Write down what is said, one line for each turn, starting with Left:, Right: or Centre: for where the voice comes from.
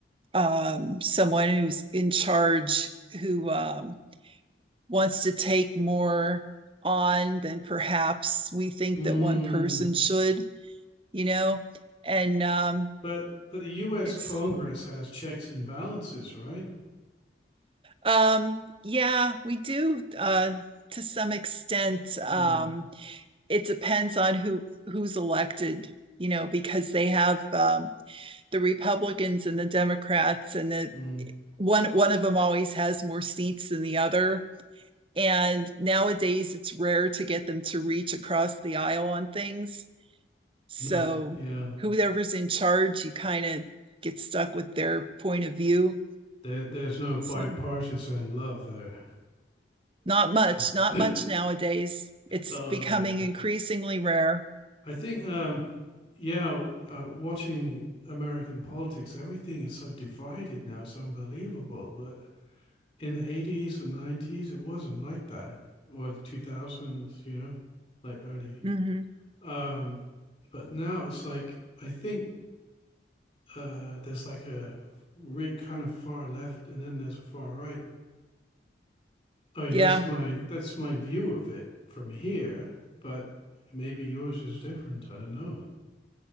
Right: um, someone who's in charge who um, wants to take more on than perhaps we think
Left: Mm,
Right: that one person should, you know, and um,
Left: But but the U.S.
Right: it's
Left: Congress has checks and balances, right?
Right: Um, yeah, we do uh, to some extent.
Left: mm,
Right: Um, it depends on who who's elected, you know, because they have um, the Republicans and the Democrats, and the
Left: Mm.
Right: one one of them always has more seats than the other. And nowadays, it's rare to get them to reach across the aisle on things. So
Left: No, yeah,
Right: whoever's in charge, you kind of get stuck with their point of view.
Left: there, there's no bipartisan
Right: So
Left: love there.
Right: Not much,
Left: <laughs>
Right: not much nowadays. It's
Left: oh
Right: becoming
Left: dear.
Right: increasingly rare.
Left: I think, um, yeah, uh, watching American politics, everything is so divided now. It's unbelievable. But in the 80s and 90s it wasn't like that or the 2000s you know like early
Right: hmm
Left: um but now it's like i think uh there's like a real kind of far left and then there's a far right i mean
Right: Yeah.
Left: that's my that's my view of it from here but maybe yours is different i don't know